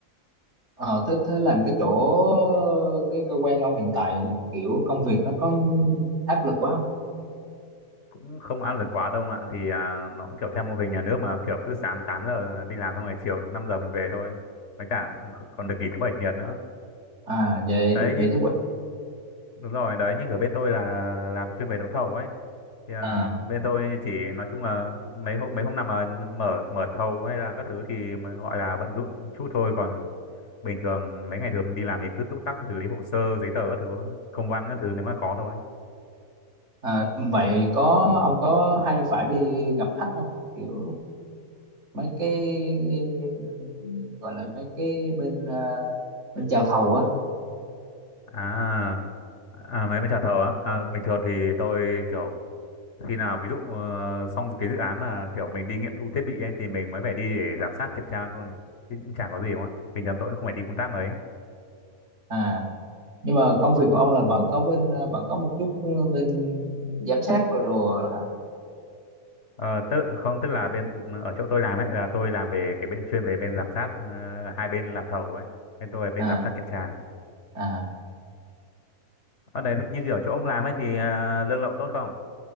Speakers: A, on the right; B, on the left.
A: ờ, thế thế làm cái chỗ cái cơ quan ông hiện tại kiểu công việc nó có áp lực quá không?
B: cũng không áp lực quá đâu ạ thì à, nó cũng kiểu theo mô hình nhà nước mà kiểu cứ sáng 8 giờ đi làm xong rồi chiều đúng 5 giờ mình về thôi với cả còn được nghỉ thứ bảy chủ nhật nữa
A: à về
B: đấy
A: được nghỉ
B: như
A: thứ bảy
B: đúng rồi đấy như ở bên tôi là làm chuyên về đấu thầu ấy thì à,
A: à
B: bên tôi chỉ nói chung là mấy hôm mấy hôm nào mà mở mở thầu hay là các thứ thì mà gọi là bận rộn chút thôi còn bình thường mấy ngày thường đi làm thì cứ túc tắc xử lý hồ sơ giấy tờ các thứ công văn các thứ nếu mà có thôi
A: À, vậy có ông có hay phải đi gặp khách không? Kiểu mấy cái ừm, gọi là mấy cái bên ờ, bên chào thầu á.
B: à À, mấy bên trà thầu á, à, bình thường thì tôi kiểu khi nào ví dụ ờ, xong cái dự án mà kiểu mình đi nghiệm thu thiết bị ấy, thì mình mới phải đi để giám sát kiểm tra thôi chứ cũng chả có gì đúng không ạ bình thường tôi cũng không phải đi công tác mấy
A: À nhưng mà công việc của ông là vẫn có bên ờ, vẫn có một chút ờ, bên giám sát rồi đồ hả?
B: ờ, tức không tức là bên ừ, ở chỗ tôi làm ấy là tôi làm về cái bên chuyên về bên giám sát ờ, hai bên làm thầu ấy bên tôi là bên
A: À
B: giám sát kiểm tra
A: à
B: ở đấy như kiểu chỗ ông làm ấy thì ờ, lương lậu tốt không